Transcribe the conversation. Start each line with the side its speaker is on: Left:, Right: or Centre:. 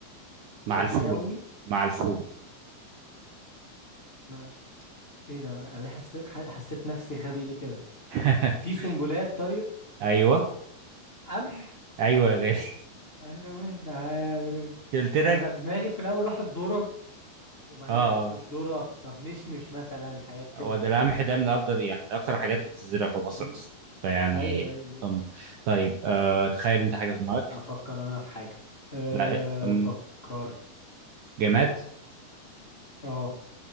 Right: مع
Left: بشكل
Right: الفول
Left: يومي
Right: مع الفول
Left: ما ايه ده انا أنا ليه حس... ح- حسيت نفسي غبي ليه كده
Right: <laughs>
Left: في سنبلات طيب
Right: ايوه
Left: قمح
Right: ايوه يا غالي
Left: أيوة، من- ده- يعني
Right: <laughs> قلت لك
Left: انا دماغي في الاول راحت ذره وبعدين
Right: اه اه
Left: قلت لا مش ذره طب مش مش مثلا الحاجات كده
Right: هو ده
Left: بس
Right: القمح ده من افضل يعني من اكتر الحاجات اللي بتزرع في مصر
Left: م-
Right: اصلا فيعني
Left: ايوه ايوه
Right: أم. طيب آه تخيل انت حاجه في دماغك
Left: افكر انا في حاجه أه
Right: لا أم،
Left: فكرت
Right: جماد
Left: اه